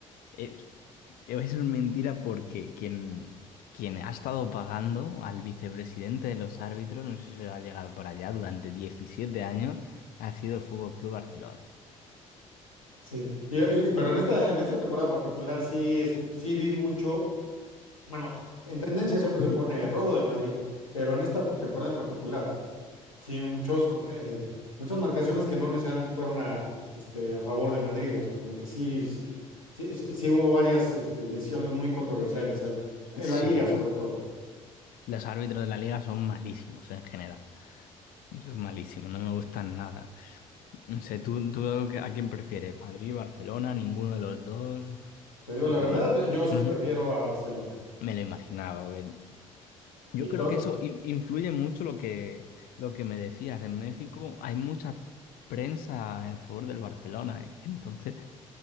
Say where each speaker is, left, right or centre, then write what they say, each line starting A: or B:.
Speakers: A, on the left (about 60°); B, on the left (about 85°).
A: Es, es una mentira porque quien, quien ha estado pagando al vicepresidente de los árbitros, no sé si se ha llegado por allá, durante 17 años, ha sido el Fútbol Club Barcelona.
B: Sí, Y- y- pero en esta, en esta temporada particular sí, escu- sí vi mucho, bueno, en tendencia siempre
A: <laughs>
B: se pone robo del Madrid, pero en esta temporada en particular. Sí, muchos, co- eh, muchas marcaciones que no necesariamente fueron a, este, a favor de Madrid, o sea, como que sí, sí, sí, sí- sí hubo varias este, decisiones muy controversiales, hay- en
A: Sí,
B: la liga
A: no.
B: sobre todo.
A: Los árbitros de la liga son malísimos en general. Son malísimos, no me gustan nada. No sé, ¿tú, tú a quién prefieres? ¿Madrid, Barcelona, ninguno de los dos?
B: Te digo
A: O...
B: la verdad,
A: <laughs>
B: yo sí
A: Ujú.
B: prefiero a Barcelona.
A: Me lo imaginaba, porque Yo
B: Y
A: creo
B: to-
A: que eso in- influye mucho lo que, lo que me decías. En México hay mucha prensa a favor del Barcelona. y entonces,